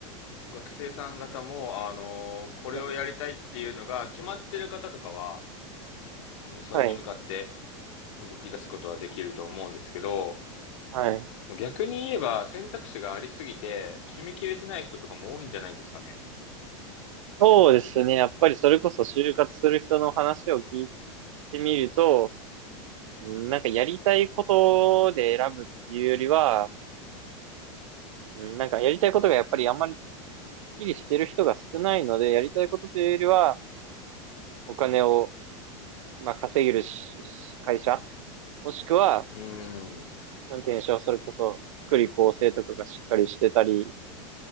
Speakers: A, on the left (about 70°); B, on the right (about 80°).
A: ん、学生さん方も、あのーこれをやりたいっていうのが決まってる方とかは、
B: はい。
A: うんそれに向かって
B: はい。
A: 動き出すことはできると思うんですけど、
B: はい。
A: 逆に言えば選択肢がありすぎて、決めきれてない人とかも多いんじゃないですかね。
B: そうですね。やっぱりそれこそ就活する人の話を聞いてみると、うんなんかやりたいことで選ぶっていうよりは、うんなんかやりたいことがやっぱりあんまりきっきりしてる人が少ないので、やりたいことというよりは、お金を、まあ、稼げるしし会社、もしくは、
A: うーん。
B: なんて言うんでしょう、それこそ、福利厚生とかがしっかりしてたり、